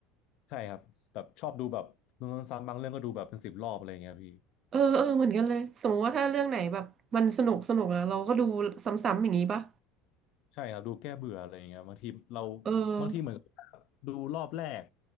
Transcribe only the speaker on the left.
ใช่ครับแบบชอบดูแบบดูซ้ำๆบางเรื่องก็ดูแบบเป็นสิบรอบอะไรเงี้ยพี่
ใช่ครับดูแก้เบื่ออะไรเงี้ยบางทีเรา
บางทีเหมือนกับดูรอบแรก